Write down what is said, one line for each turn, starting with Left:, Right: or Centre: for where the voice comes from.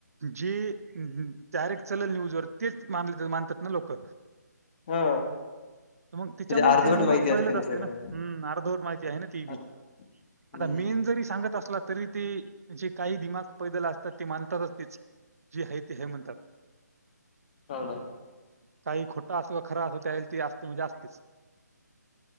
Right: जे डायरेक्ट चलल न्यूजवर तेच मान मानतात ना लोक.
Left: हा
Right: मग त्याच्यामुळे
Left: म्हणजे अर्धवट
Right: ते रुमर
Left: माहिती
Right: फेलत
Left: ना
Right: असते
Left: सगळ्याला
Right: न हम्म अर्धवट माहिती आहे ना ती बी,
Left: अर् हम्म
Right: आता मेन जरी सांगत असला तरी तेे काही दिमाग पैदल असतात ते मानतातच तेच. जे आहे ते आहे म्हणतात.
Left: हो ना.
Right: काही खोटा असो खरा असो त्यांना ते असते म्हणजे असतेच.